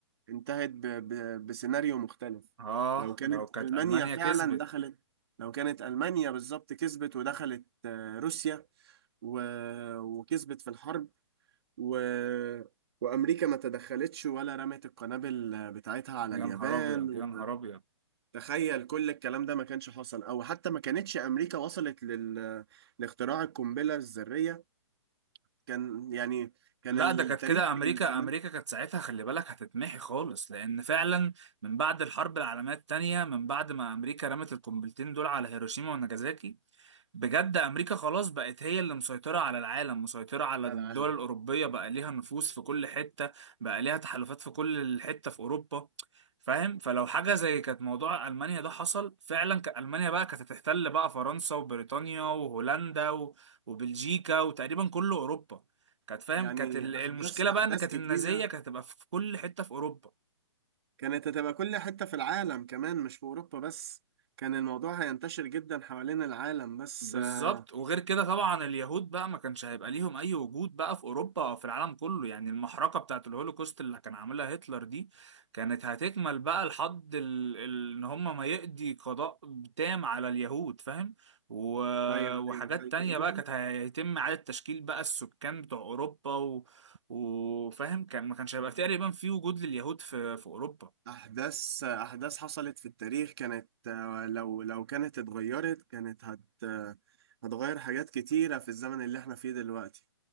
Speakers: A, on the right; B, on the right.
A: انتهت ب... ب... بسيناريو مختلف
B: آه
A: لو كانت
B: لو كانت
A: ألمانيا
B: ألمانيا
A: فعلا
B: كسبت
A: دخلت لو كانت ألمانيا بالظبط كسبت ودخلت آه، روسيا و... وكسبت في الحرب و... وأمريكا ما تدخلتش ولا رمت القنابل بتاعتها على
B: يا
A: اليابان
B: نهار أبيض
A: و...
B: يا نهار أبيض
A: تخيل كل الكلام ده ما كانش حصل او حتى ما كانتش امريكا وصلت لل... لاختراع القنبله الذريه كان يعني كان
B: لا
A: التاريخ
B: ده كانت كده امريكا
A: كان زمان
B: امريكا كانت ساعتها خلي بالك هتتمحي خالص لان فعلا من بعد الحرب العالميه الثانيه من بعد ما امريكا رمت القنبلتين دول على هيروشيما وناجازاكي بجد امريكا خلاص بقت هي اللي مسيطره على العالم مسيطره على
A: على
B: الدول
A: العالم
B: الاوروبيه بقى ليها نفوذ في كل حته بقى ليها تحالفات في كل حته في اوروبا فاهم فلو حاجه زي كانت موضوع المانيا ده حصل فعلا كان المانيا بقى كانت هتحتل بقى فرنسا وبريطانيا وهولندا و... وبلجيكا وتقريبا كل اوروبا كانت فاهم
A: يعني
B: كانت ال- المشكله
A: احداث احداث
B: بقى ان كانت
A: كتيره
B: النازيه كانت هتبقى في كل حته في اوروبا
A: كانت هتبقى كل حتة في العالم كمان مش في أوروبا بس كان الموضوع هينتشر جدا حوالين العالم بس
B: بالظبط
A: آه،
B: وغير كده طبعا اليهود بقى ما كانش هيبقى ليهم اي وجود بقى في اوروبا او في العالم كله يعني المحرقه بتاعت الهولوكوست اللي كان عاملها هتلر دي كانت هتكمل بقى لحد ال... ال... ان هم ما يقضي قضاء تام على اليهود فاهم و...
A: أيوه
B: وحاجات
A: أيوه حقيقي.
B: تانية بقى كانت هيتم اعاده تشكيل بقى السكان بتوع اوروبا و... وفاهم كان ما كانش هيبقى تقريبا في وجود لليهود في في اوروبا
A: أحداث أحداث حصلت في التاريخ كانت آه، لو لو كانت اتغيرت كانت هت آه، هتغير حاجات كتيرة في الزمن اللي احنا فيه دلوقتي